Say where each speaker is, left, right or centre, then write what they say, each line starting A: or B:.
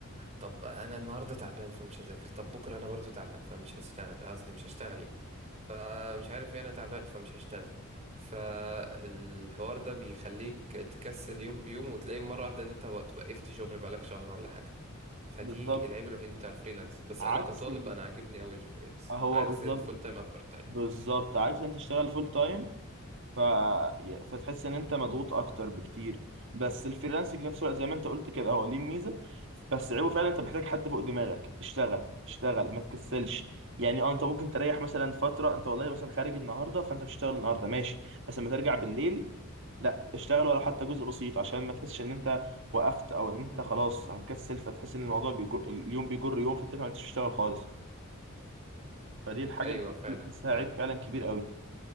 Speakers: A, on the right; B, on the right.
A: طب انا النهارده تعبان فمش هذاكر طب بكره انا برضو تعبان فمش هشتغل قصدي مش هشتغل يعني فمش عارف ايه انا تعبان فمش هشتغل فالحوار ده بيخليك تكسل يوم بيوم وتلاقي مره واحده ان انت بقى- وقفت شغل بقالك شهر ولا حاجه فدي
B: بالظبط
A: العيب الوحيد بتاع الفريلانس بس
B: عكس
A: انا كطالب
B: ال-
A: انا عاجبني قوي الفريلانس
B: هو
A: عكس
B: بالظبط
A: الفول تايم او بارت تايم
B: بالظبط عكس انت تشتغل فول تايم ف... فتحس ان انت مضغوط اكتر بكتير بس الفريلانسنج في نفس الوقت زي ما انت قلت كده هو ليه ميزه بس عيبه فعلا انت محتاج حد فوق دماغك اشتغل اشتغل ما تكسلش يعني اه انت ممكن تريح مثلا فتره انت والله مثلا خارج النهارده فانت مش هتشتغل النهارده ماشي بس لما ترجع بالليل لا اشتغل ولو حتى جزء بسيط عشان ما تحسش ان انت وقفت او ان انت خلاص هتكسل فتحس ان الموضوع بيجو... اليوم بيجر يوم فانت ما عرفتش تشتغل خالص فدي الحاجه
A: ايوه
B: اللي
A: فعلا
B: بحسها
A: فعلا
B: عيب فعلا كبير قوي